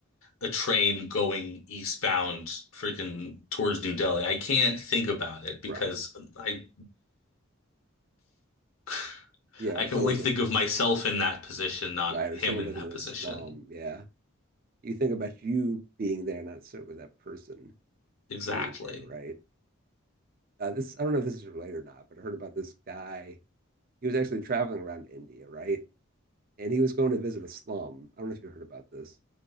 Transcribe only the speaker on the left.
a train going eastbound freaking towards New Delhi. I can't think about it because
I <laughs>
I can
only think
of
myself in that position, not
him
in
that
position.
Exactly.